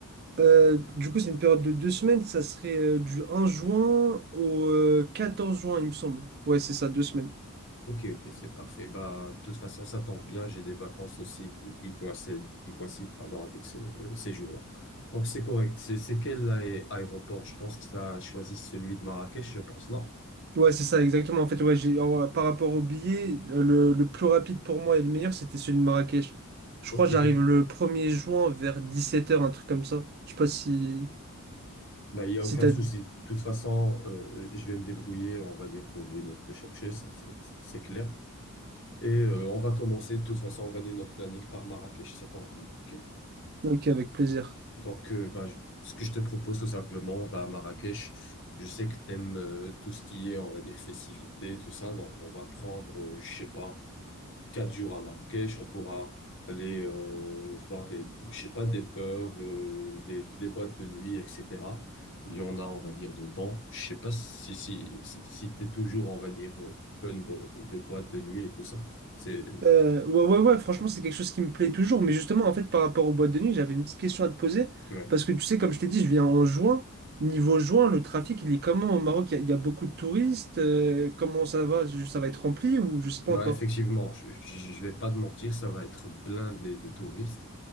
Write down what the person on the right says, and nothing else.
Euh, du coup, c'est une période de deux semaines. Ça serait euh, du 1 juin au euh, 14 juin, il me semble. Ouais, c'est ça, deux semaines.
Ouais, c'est ça, exactement. En fait, ouais, j'ai, en- par rapport au billet, le, le- le plus rapide pour moi et le meilleur, c'était celui de Marrakech. Je
crois que j'arrive
le 1er juin vers 17h, un truc comme ça. Je sais pas si...
Si
t'as...
Ok, avec plaisir.
Euh, ouais, ouais, ouais, franchement, c'est quelque chose qui me plaît toujours. Mais justement, en fait, par rapport aux boîtes de nuit, j'avais une petite question à te poser.
Parce que tu sais, comme je t'ai dit, je viens en juin. Niveau juin, le trafic, il est comment au Maroc? Il y a, il y a beaucoup de touristes. euh, comment ça va? Ça va être rempli ou je sais pas
encore?